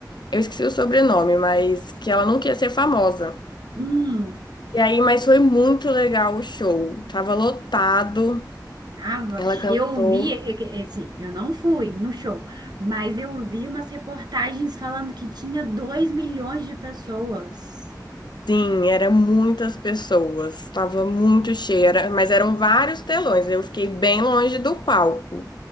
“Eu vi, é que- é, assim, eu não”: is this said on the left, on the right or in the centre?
Right